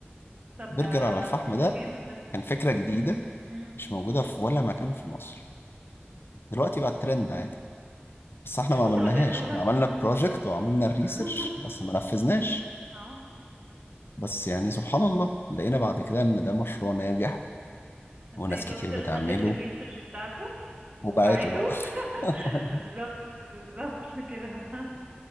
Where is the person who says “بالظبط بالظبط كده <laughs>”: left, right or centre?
Right